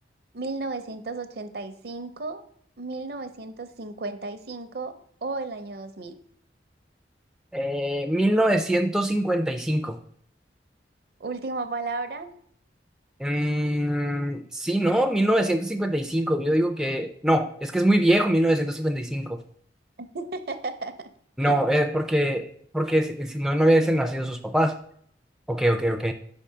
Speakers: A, on the right (about 60°); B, in the centre.
A: mil mil novecientos novecientos ochenta y cinco mil novecientos cincuenta y cinco o el año dos mil
B: Eh, 1955.
A: Última palabra.
B: Mm, sí, ¿no? mil novecientos cincuenta y cinco, Yo digo que... No, es que es muy viejo mil novecientos cincuenta y cinco,
A: <laughs>
B: No, eh, porque, porque si, si no, no hubiesen nacido sus papás. Ok, ok, ok.